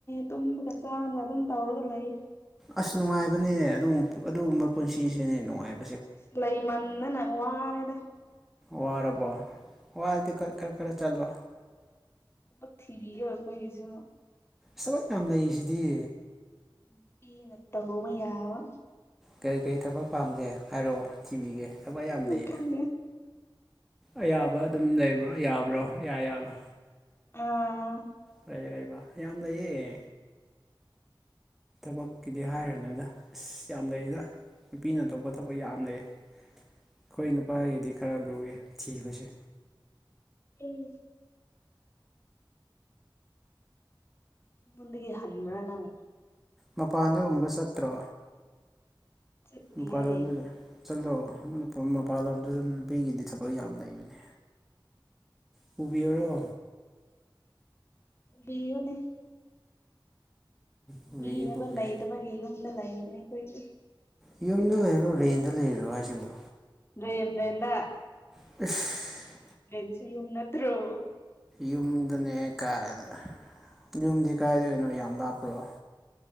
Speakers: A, on the left; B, in the centre.
A: ꯇꯨꯝꯕꯒ ꯆꯥꯕꯥꯒ ꯑꯗꯨꯝ ꯇꯧꯔꯒ ꯂꯩꯔꯦ
B: ꯑꯁ ꯅꯨꯡꯉꯥꯏꯕꯅꯦ ꯑꯗꯨꯒꯨꯝꯕ ꯄꯨꯟꯁꯤꯁꯦ ꯅꯨꯡꯉꯥꯏꯕ
A: ꯑꯁ ꯂꯩꯃꯟꯗꯅ ꯋꯥꯔꯦꯗ
B: ꯋꯥꯔꯕꯣ ꯋꯥꯗꯤ ꯈꯔ ꯈꯔ ꯆꯠꯂꯣ
A: ꯃꯊꯤꯕꯤ ꯑꯣꯏ ꯀꯣꯏꯁꯨ
B: ꯊꯕꯛ ꯌꯥꯝ ꯂꯩꯁꯤꯗꯤ
A: ꯅꯨꯄꯤꯅ ꯇꯧꯕꯥ ꯌꯥꯕ
B: ꯀꯔꯤ ꯀꯔꯤ ꯊꯕꯛ ꯄꯥꯝꯒꯦ ꯍꯥꯏꯔꯛꯑꯣ ꯊꯤꯕꯤꯒꯦ ꯊꯕꯛ ꯌꯥꯝ ꯂꯩꯌꯦ
A: ꯎꯝ ꯈꯪꯗꯦ
B: ꯑꯌꯥꯕ ꯑꯗꯨꯝ ꯂꯩꯕ꯭ꯔꯣ ꯌꯥꯕ꯭ꯔꯣ ꯏꯌꯥ ꯌꯥꯕꯔꯣ
A: ꯑꯥ
B: ꯀꯩ ꯂꯩꯕ ꯌꯥꯝ ꯂꯩꯌꯦ ꯊꯕꯛꯀꯤꯗꯤ ꯍꯥꯏꯔꯅꯨꯗ ꯑꯁ ꯌꯥꯝ ꯂꯩꯔꯤꯗ ꯅꯨꯄꯤꯅ ꯑꯇꯣꯞꯄ ꯊꯕꯛ ꯌꯥꯝ ꯂꯩꯌꯦ ꯑꯩꯈꯣꯏ ꯅꯨꯄꯥꯒꯤꯗꯤ ꯈꯔ ꯂꯨꯌꯦ ꯊꯤꯕꯁꯦ
A: ꯎꯝ ꯑꯩꯉꯣꯟꯗꯥ ꯒꯤ ꯍꯟꯕꯔꯥ ꯅꯪ
B: ꯃꯄꯥꯟꯗꯒꯨꯝꯕ ꯆꯠꯇ꯭ꯔꯣ
A: ꯆꯠꯇꯤꯌꯦ
B: ꯃꯄꯥꯟꯂꯣꯝꯗ ꯆꯠꯂꯣ ꯃꯄꯥꯟ ꯂꯝꯗ ꯅꯨꯄꯤꯒꯤꯗꯤ ꯊꯕꯛ ꯌꯥꯝ ꯂꯩꯕꯅꯦ ꯄꯨꯕꯤꯌꯨꯔꯣ
A: ꯄꯨꯕꯤꯌꯣꯅꯦ
B: ꯄꯨꯕꯤꯒꯦ
A: ꯄꯨꯕꯤꯅꯕ
B: ꯄꯨꯕꯤꯒꯦ
A: ꯂꯩꯇꯕꯒꯤ ꯌꯨꯝꯗ ꯂꯩꯏꯕꯅꯦ ꯈꯣꯏꯗꯤ
B: ꯌꯨꯝꯗ ꯂꯩꯔꯣ ꯔꯦꯟꯗ ꯂꯩꯔꯣ ꯍꯥꯏꯁꯤꯕꯨ
A: ꯑꯗꯨ
B: ꯑꯦꯁ
A: ꯂꯁꯨ ꯌꯨꯝ ꯅꯠꯇ꯭ꯔꯣ
B: ꯌꯨꯝꯗꯅꯦ ꯀꯥꯏꯅ ꯌꯨꯝꯗꯤ ꯀꯥꯏꯗꯅꯣ ꯌꯥꯝ ꯂꯥꯞꯄ꯭ꯔꯣ